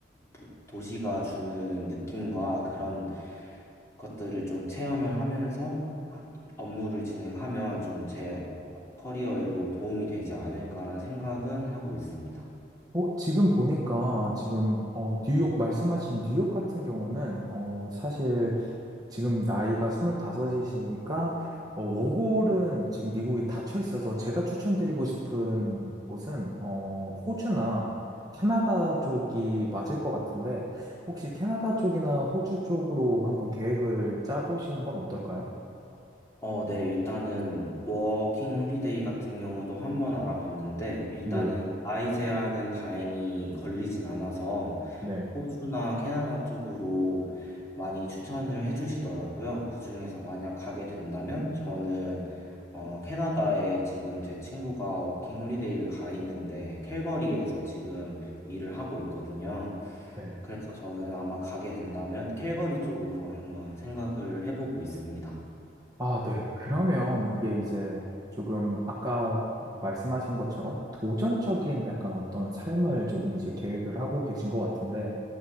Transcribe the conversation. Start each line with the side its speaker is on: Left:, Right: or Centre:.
Left: 부- 도시가 주는 느낌과 그런 것들을 좀 체험을 하면서 업무를 진행하면 좀 제 커리어에도 도움이 되지 않을까란 생각은 하고 있습니다.
Right: 어, 지금 보니까 지금 어, 뉴욕 말씀하신 뉴욕 같은 경우는 어, 사실 지금 나이가 스물다섯이시니까 어, 워홀은 지금 미국이 닫혀 있어서 제가 추천드리고 싶은 곳은, 어, 호주나 캐나다 쪽이 맞을 것 같은데, 혹시 캐나다 쪽이나 호주 쪽으로 한번 계획을 짜보시는 건 어떨까요?
Left: 어, 네, 일단은 워킹 홀리데이 같은 경우도 한번 알아봤는데 일단은
Right: 네,
Left: 나이 제한은 다행히 걸리진 않아서
Right: 네,
Left: 호주나 캐나다 쪽으로 많이 추천을 해주시더라고요. 그중에서 만약 가게 된다면 저는 어, 캐나다에 지금 제 친구가 워킹 홀리데이를 가 있는데 캘거리에서 지금 일을 하고 있거든요.
Right: 네.
Left: 그래서 저는 아마 가게 된다면 캘거리 쪽으로 한번 생각을 해보고 있습니다.
Right: 아, 네. 그러면 이게 이제 조금 아까 말씀하신 것처럼 도전적인 약간 어떤 삶을 조금 이제 계획을 하고 계신 것 같은데,